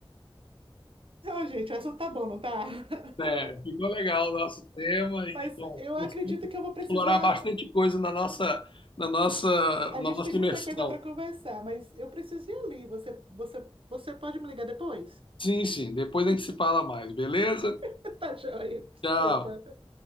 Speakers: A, on the right; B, on the left.
A: Ô, gente, o assunto tá bom, não tá? <laughs>
B: né, ficou legal o nosso tema
A: Mas
B: e bom,
A: eu
B: conseguimos
A: acredito que eu vou precisar.
B: explorar bastante coisa na nossa, na nossa,
A: A
B: na
A: gente
B: nossa
A: tem
B: imersão.
A: muita coisa para conversar, mas eu preciso ir ali. Você, você, você pode me ligar depois?
B: Sim, sim, depois a gente se fala mais, beleza?
A: <laughs> Tá joia, desculpa.
B: Tchau.